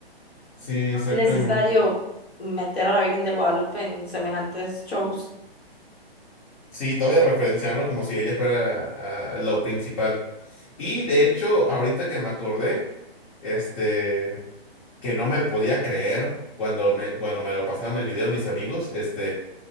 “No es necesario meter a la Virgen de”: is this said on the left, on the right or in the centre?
Left